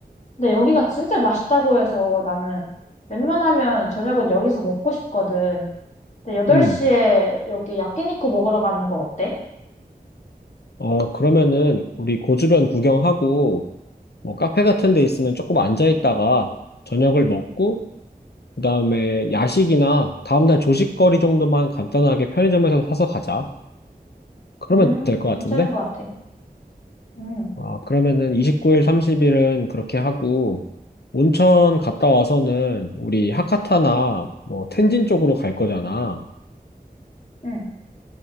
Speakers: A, on the left; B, on the left.
A: 근데 여기가 진짜 맛있다고 해서 나는 웬만하면 저녁은 여기서 먹고 싶거든. 근데 8시에
B: 음.
A: 여기 야끼니쿠 먹으러 가는 거 어때?
B: 어, 그러면은 우리 고주변 구경하고 뭐 카페 같은 데 있으면 조금 앉아 있다가 저녁을 먹고 그다음에 야식이나 다음날 조식거리 정도만 간단하게 편의점에서 사서 가자. 그러면
A: 음,
B: 될 것
A: 괜찮은
B: 같은데?
A: 것 같아. 음,
B: 아, 그러면은 29일, 30일은 그렇게 하고 온천 갔다 와서는 우리 하카타나 뭐 텐진 쪽으로 갈 거잖아.
A: 음.